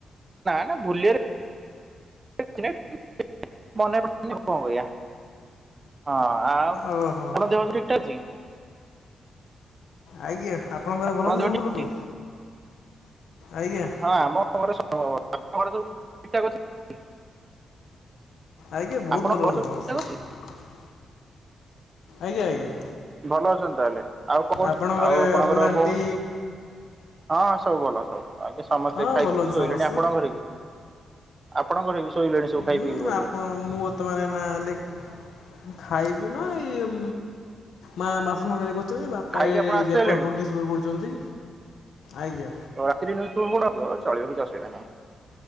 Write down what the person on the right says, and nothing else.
ଭୁଲିଓରେ <unintelligible> ହଁ। ଆ <unintelligible>
ଅଛି
ଆପଣ
ଦେହ
ଠିକ ଅଛି
ହଁ ଆମ ଘରେ ଘରେ ସବୁ ଠିକଠାକ ଅଛି?
ଆପଣଙ୍କ
ଘରେ
ସବୁ ଠିକ୍ ଠାକ୍
ଅଛି?
ଭଲ ଅଛନ୍ତି ତାହେଲେ ଆଉ କଣ କରୁଛ
ଆଉ ଆପଣଙ୍କର
ଭଉଣୀ ହଁ ସବୁ ଭଲ। ସବୁ ଭଲ ଆଜ୍ଞା ସମସ୍ତେ
ଖାଇ
ପିଇକି
ଶୋଇଲେଣି
ଆପଣଙ୍କ ଘରେ ବି? ଆପଣଙ୍କ ଘରେ ବି ଶୋଇଲେଣି ସବୁ ଖାଇ
ପିଇକି ବୋଧେ
ଖାଇକି
ଆପଣ ଆସିସାରିଲେଣି
ରାତିି <unintelligible> ଆସ ଚଳିବ କିଛି ଅସୁବିଧା ନାହିଁ।